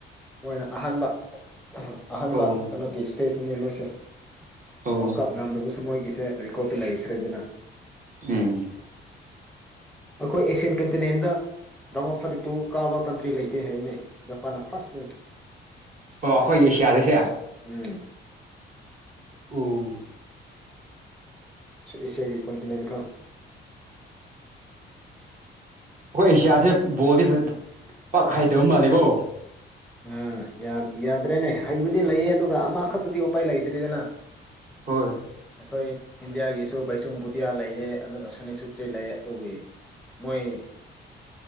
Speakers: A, in the centre; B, on the right.
A: ꯃꯣꯏꯅ ꯑꯍꯥꯟꯕ ꯑꯍꯥꯟꯕ
B: ꯑꯣ
A: ꯀꯩꯅꯣꯒꯤ ꯏꯁꯇꯦꯖꯅꯤ ꯃꯣꯏꯁꯦ
B: ꯑꯣ
A: ꯋꯥꯔꯜ ꯀꯞ ꯅꯝꯗꯕꯁꯨ ꯃꯣꯏꯒꯤꯁꯦ ꯔꯦꯀꯣꯔꯠꯇ ꯂꯩ ꯁꯔꯦꯗꯅ
B: ꯎꯝ
A: ꯑꯩꯈꯣꯏ ꯑꯦꯁꯤꯌꯥꯟ ꯀꯟꯇꯤꯅꯦꯟꯗ ꯔꯃꯣ ꯐꯔꯤꯠꯇꯨ ꯀꯥꯕ ꯀꯟꯇ꯭ꯔꯤ ꯂꯩꯇꯦ ꯍꯥꯏꯅꯦ ꯖꯄꯥꯟꯅ ꯐꯥꯔꯁꯅꯦ
B: ꯑꯣ ꯑꯩꯈꯣꯏ ꯑꯦꯁꯤꯌꯥꯗꯁꯦ
A: ꯎꯝ
B: ꯑꯣ
A: ꯑꯦꯁꯤꯌꯥꯒꯤ ꯀꯣꯟꯟꯇꯤ ꯅꯅꯀ
B: ꯑꯩꯈꯣꯏ ꯑꯦꯁꯤꯌꯥꯁꯦ ꯕꯣꯜꯗꯤ ꯐ ꯄꯥꯛ ꯍꯩꯇꯕ ꯃꯥꯜꯂꯤꯦꯀꯣ
A: ꯑꯥ ꯌꯥꯗ꯭ꯔꯦꯅꯦ ꯍꯩꯕꯨꯗꯤ ꯂꯩꯌꯦ ꯑꯗꯨꯒ ꯑꯃꯈꯛꯇꯗꯤ ꯎꯄꯥꯏ ꯂꯩꯇ꯭ꯔꯔꯤꯗꯅ
B: ꯍꯣꯏ
A: ꯑꯩꯈꯣꯏ ꯏꯟꯗꯤꯌꯥꯒꯤꯁꯨ ꯕꯩꯆꯨꯡ ꯕꯨꯇꯤꯌꯥ ꯂꯩꯌꯦ ꯑꯗꯨꯒ ꯁꯨꯅꯤꯛ ꯁꯨꯇ꯭ꯔꯤ ꯂꯩ ꯑꯗꯨꯒꯤ ꯃꯣꯏ